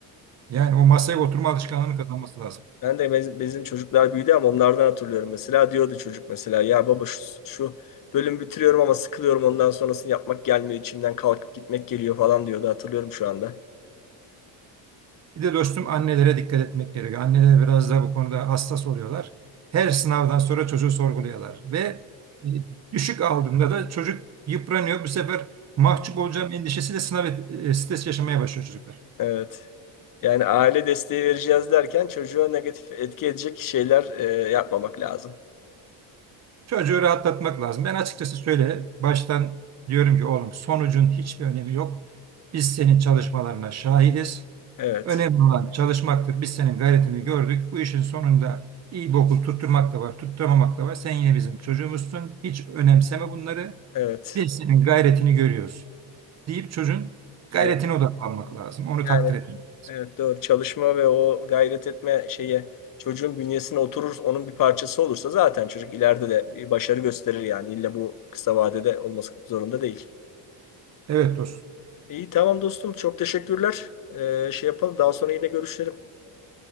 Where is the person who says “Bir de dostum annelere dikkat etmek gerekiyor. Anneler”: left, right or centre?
Right